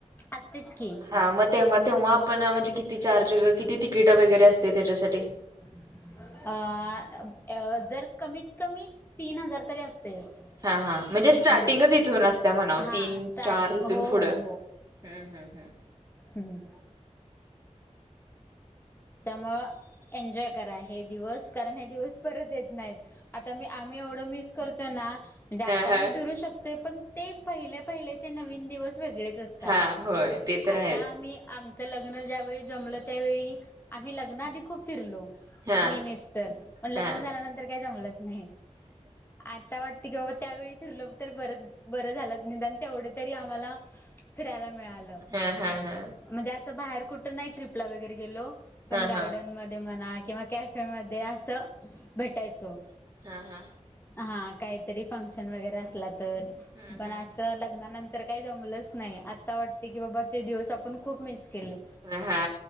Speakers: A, on the left; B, on the right.
A: असतेच. की
B: हा मग तेव्हा तेव्हा आपण म्हणजे किती चार्ज किती तिकिट वगैरे असते त्याच्यासाठी
A: <inaudible> अ जर कमीत कमी तीन हजार तरी असतेच.
B: हा हा म्हणजे स्टार्टिंगच
A: हम्म
B: इथून असत्या म्हणा
A: हा
B: तीन,
A: स्टार्टिंग
B: चार इथून
A: हो
B: पुढं
A: हो
B: हम हम.
A: हम. त्यामुळ एन्जॉय करा हे दिवस कारण हे दिवस परत येत नाहीत. आता मी आम्ही एवढं मिस करतो ना, म्हणे आता
B: हा हा
A: आम्ही शकते. पण ते पहिले पहिल्याचे नवीन दिवस वेगळेच असतात
B: हा होय ते तर आहेच
A: आता आम्ही आमचं लग्न ज्यावेळी जमलं त्यावेळी आम्ही लग्नाआधी खूप फिरलो.
B: हा
A: मिस्टर पण लग्न
B: हा
A: झाल्यानंतर जमलंच नाही आ वाटत की बाबा त्यावेळी फिरलं तर बर बरं झालं निधन आणि तेवढं तरी आम्हाला फिरायला मिळालं
B: हा हा हा
A: म्हणजे असं बाहेर कुठं नाही ट्र्रीपला वगैरे गेलो. पण
B: हा
A: गार्डन
B: हा
A: मध्ये म्हणा किंवा कॅफे म असं भेटायचो.
B: हा.. हा..
A: हा काहीतरी फंक्शन वगैरे असला तर
B: हम्म
A: पण
B: हम्म
A: अस लग्नानंतर तर काही जमलंच नाही आता वाटते की बाबा ते दिवस आपण खूप मिस केले.
B: हा